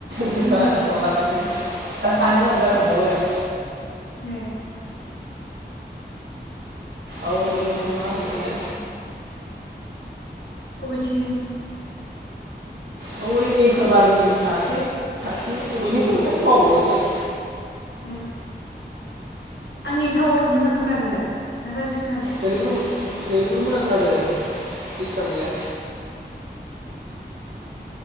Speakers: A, on the right; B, on the left.
A: गोसो
B: उम
A: जानानै‌ हरलागासिनो। दा सानै मानसिजों रायलाय खांबावबाय आं।
B: ए।
A: औ औरैनि मा होनोलाय
B: अबिथिं जायनि
A: औ ओरै एंखोरबारिनि सासे सासे अबेनि होनदोंमोनथाय बावबावसै आं
B: ओम‌ आंनि टावारखौ मोजां खोनादों दा ना गाज्रि खोनादों
A: नोंनिखौथ' नोंनिखौथ मोजां खोनादों दिसथाब गैया